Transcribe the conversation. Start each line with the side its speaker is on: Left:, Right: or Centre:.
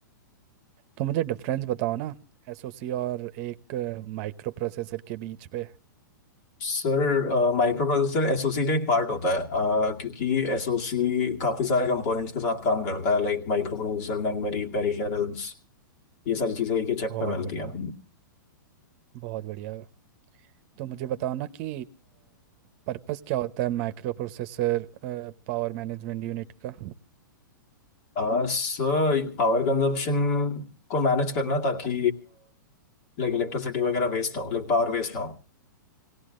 Right: तुम मुझे डिफरेंस बताओ ना एसओसी और एक माइक्रो प्रोसेसर के बीच पे
Left: Sir microprocessor SOC का एक पार्ट होता है अ, क्योंकि एसओसी काफी सारे कंपोनेंट्स के साथ काम करता है like micro processor memory peripherals ये सारी चीजें एक ही चिप
Right: बहुत
Left: पे मिलती
Right: बढ़िया
Left: हैं
Right: बहुत बढ़िया तो मुझे बताओ ना कि पर्पस क्या होता है microprocessor power management unit का
Left: आ, सर पावर कंजप्शन को मैनेज करना ताकि लाइक इलेक्ट्रिसिटी वगैरह वेस्ट ना हो लाइक पावर वेस्ट ना हो